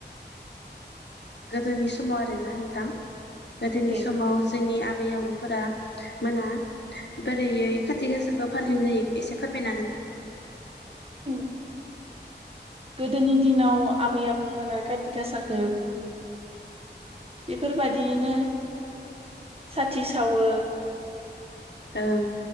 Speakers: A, on the left; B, on the right.
A: गोदोनि समाव आरोना नोंथां? गोदोनि
B: दे
A: समाव जोंनि आ बै आबौफोरा मोना बोरैैयै खाथि गासाखौ फालिनाय जायो एसे फोरमायनो हागोन ना?
B: उम्म गोदोनि दिनाव आबै आबौमोना काथि गासाखो बेफोरबादियैनो साथि सावो
A: ओं